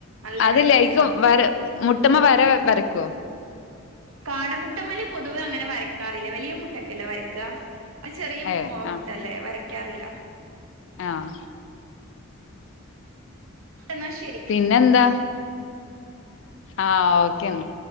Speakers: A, on the right; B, on the left.
A: നല്ലൊരു
B: അതില്ല
A: രസാ
B: എക്ക് വര മുട്ടമ്മ വര വരയ്ക്കുവോ
A: കാടമുട്ടമ്മല് പൊതുവെ അങ്ങനെ വരക്കാറില്ല വലിയ മുട്ട ല്ല വരയ്ക്ക അത് ചെറിയ
B: ഏഹ് ആഹ്
A: മുട്ടല്ലേ വരക്കാറില്ല
B: ആഹ്
A: എന്നാ ശരി
B: പിന്നെന്താ ആഹ് ഓക്കേന്നാ